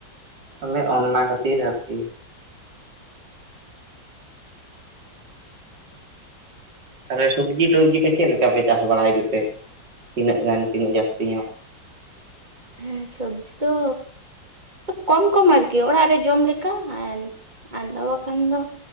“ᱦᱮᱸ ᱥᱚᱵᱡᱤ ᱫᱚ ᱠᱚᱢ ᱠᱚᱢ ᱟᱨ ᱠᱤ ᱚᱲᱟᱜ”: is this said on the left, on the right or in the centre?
Right